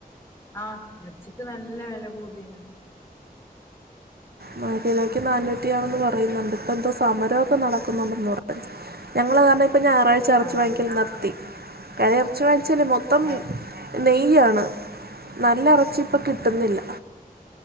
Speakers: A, on the left; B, on the right.
A: ആഹ് എർച്ചിക്ക് നല്ല വെല കൂടീണ്.
B: മാ കിലോയ്ക്ക് നാന്നൂറ്റിയാണേന്ന് പറയ്ന്ന്ണ്ട് ഇപ്പ എന്തോ സമരോക്ക നടക്കുന്നൊണ്ടെന്നു <unintelligible> ഞങ്ങള <unintelligible> ഇപ്പ ഞായറാഴ്ച എറച്ചി
A: ആഹ്
B: വാങ്ങിക്കല് നിർത്തി കാര്യം എറച്ചി വാങ്ങിച്ചാല് മൊത്തം
A: ഏ
B: നെയ്യാണ് നല്ല എറച്ചി ഇപ്പ കിട്ട്ന്നില്ല